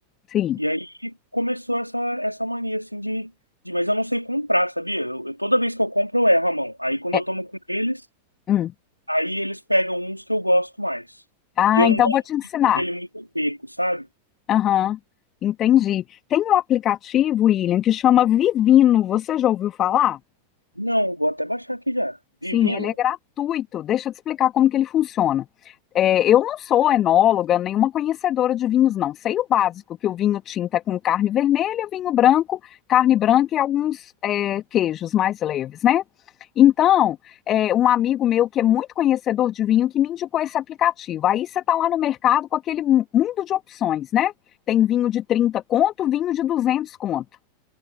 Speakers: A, on the left (about 30°); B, on the right (about 85°).
A: sim.
B: E aí começou essa, essa mania, assim, de, de... Mas eu não sei comprar, sabia? Eu, eu- toda vez que eu compro, eu erro a mão. Aí quando
A: É,
B: eu tomo com eles,
A: hum.
B: aí eles pegam uns que eu gosto mais.
A: Ah,
B: E eu
A: então
B: não gosto
A: vou te ensinar.
B: muito daquele muito seco, sabe?
A: Aham, entendi. Tem um aplicativo, William, que chama Vivino, você já ouviu falar?
B: Não, vou até baixar aqui já.
A: Sim,
B: Divino.
A: ele é gratuito. Deixa eu te explicar como que ele funciona. É, eu não sou enóloga, nenhuma conhecedora de vinhos, não. Sei o básico, que o vinho tinto é com carne vermelha, vinho branco, carne branca e alguns é, queijos mais leves, né? Então, é, um amigo meu que é muito conhecedor de vinho que me indicou esse aplicativo. Aí você está lá no mercado com aquele mu- mundo de opções, né? Tem vinho de 30 conto, vinho de 200 conto.